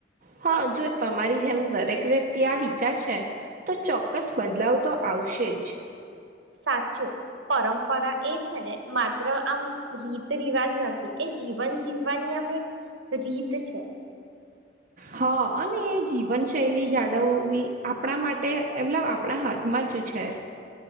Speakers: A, on the right; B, on the right.
A: હા જો તમારી જેમ દરેક વ્યક્તિ આ વિચારશે. તો ચોક્કસ બદલાવ તો આવશે જ.
B: સાચું પરંપરા એ છે ને માત્ર આમ રીત રિવાજ નથી. એ જીવન જીવવાની આમ એક રીત છે.
A: હા અને જીવન શૈલી જાડવવી આપડા માટે એમલબ આપણા હાથમાં માજ છે.